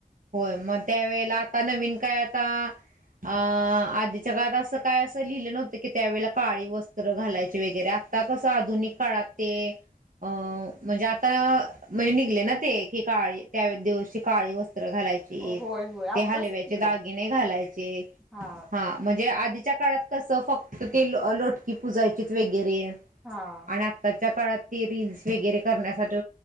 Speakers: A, on the right; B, in the centre.
A: होय मग त्या वेेळेला आता नवीन काय आता अ आधीच्या काळात अस काय अस लिहिलं नव्हत की त्यावेळेला काळी वस्त्र घालायची वगैरे आस आता कस आधुनिक काळात ते अं म्हणजे आता म्हणजे निघले ना ते की काळी त्या दिवशी काळी वस्त्र घालायची. ते
B: होय होय आत्ताच
A: हलव्याचे
B: दिलं
A: दागिने घालायचे,
B: हा
A: हां हा म्हणजे आधीच्या काळात कस फक्त ते लोटकी पुुजायचीच वगैरे-
B: हां
A: आणि आत्ताच्या काळात ते रिल्स वगैरे करण्यासाठी